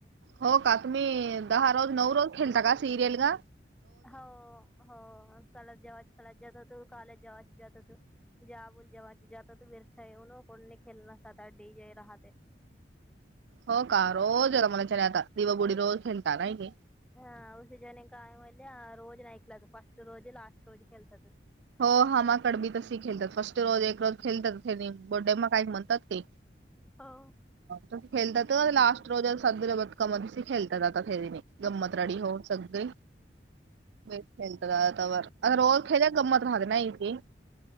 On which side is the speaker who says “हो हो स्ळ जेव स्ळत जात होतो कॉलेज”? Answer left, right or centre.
Centre